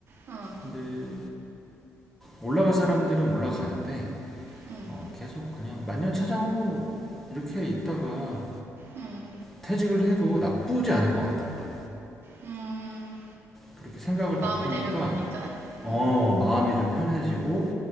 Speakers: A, on the right (about 50°); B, in the centre.
A: 어,
B: 근데 올라갈 사람들은 올라가는데
A: 음,
B: 어, 계속 그냥 만년차장으로 이렇게 있다가
A: 음,
B: 퇴직을 해도 나쁘지 않을 것 같더라고요.
A: 음,
B: 그렇게 생각을
A: 마음을
B: 바꾸니까
A: 내려놓으니까,
B: 어,
A: 음,
B: 마음이 좀 편해지고,